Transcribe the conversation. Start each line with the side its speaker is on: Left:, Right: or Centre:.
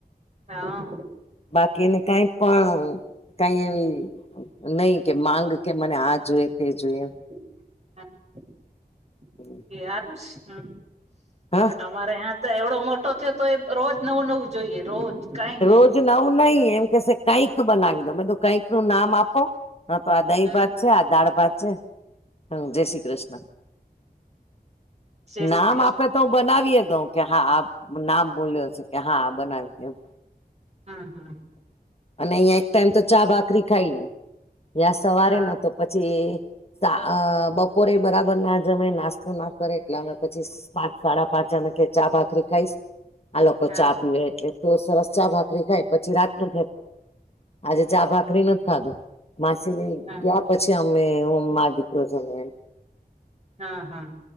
Right: હા.
Left: બાકીને કાઈ પણ કાઈ એવી નહી કે માંગ કે મને આ જોએ તે જોઈ.
Right: <inaudible>
Left: <inaudible>
Right: <inaudible>
Left: હા.
Right: અમારે હ્યાં તો એવડો મોટો થયો તો એ રોજ નવું નવું જોઈએ રોજ. કઈ નહી
Left: રોજ નવું નહી એમ કેશે કંઈક બનાવી દો મે તું કંઈક નું નામ આપો. હા તો આ દહી
Right: હમ
Left: ભાત છે આ દાળ ભાત છે હમ જય શ્રી કૃષ્ણ.
Right: જય શ્રી
Left: નામ
Right: કૃષ્ણ
Left: આપે તો હું બનાવીય દઉં કે હા નામ બોલ્યો છે કે હા. બનાવી એમ.
Right: હમ, હમ.
Left: અને અહીં એક ટાઈમ તો ચા ભાકરી ખાઈ લૈ યાં સવારે
Right: હા
Left: ને તો પછી સા બપોરે બરાબર ના જમે નાસ્તો ના કરે એટલે અમે પછી પાંચ સાડા પાંચ એમે કે ચા ભાખરી ખાઈશ. આ લોકો
Right: હા
Left: ચા પીવે એટલે તો સરસ ચા ભાખરી ખાય પછી રાત નું આજે ચા ભાકરી નથી ખાધું માસીને
Right: હા
Left: પછી અમે હું મા દીકરો છે ને એમ.
Right: હા, હા